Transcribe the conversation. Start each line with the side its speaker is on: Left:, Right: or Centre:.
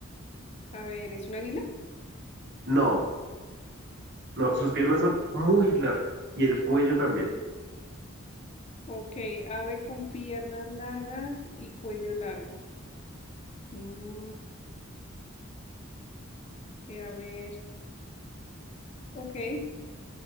Left: a ver, ¿es un águila?
Right: No, no, sus piernas son muy largas. Y el cuello también.
Left: Ok, ave con piernas largas y cuello largo. Mm, eh, a ver, ok, ¿es